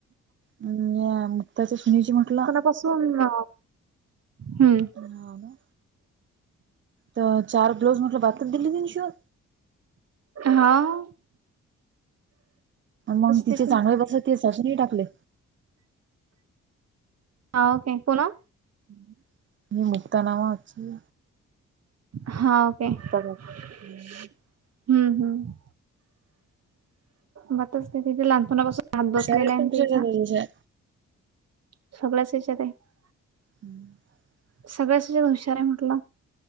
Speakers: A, on the right; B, on the right.
A: हम्म, या मुक्ताच्या सुनेजी म्हटला.
B: कस होईल ना मग. हम्म.
A: हाव ना तर, चार दिवस म्हंटल बाथरूम गेली नाही शुअर?
B: हां.
A: मग तिचे
B: तिथे.
A: चांगले बस ते सासून टाकले.
B: हा, ओके बोला.
A: <inaudible> मु, मुक्तानामाची.
B: हा, ओके. हम्म,
A: काकू हुशार
B: हम्म, मग तिथेच लहानपणापासून- हात बसलेला
A: आहेत
B: आहे,
A: पण
B: ना
A: तुझ्या
B: तिचा
A: त्या दोघी
B: -
A: हुशार.
B: <unintelligible>
A: <inaudible>
B: सगळ्यासनी हुशार आहे म्हटलं.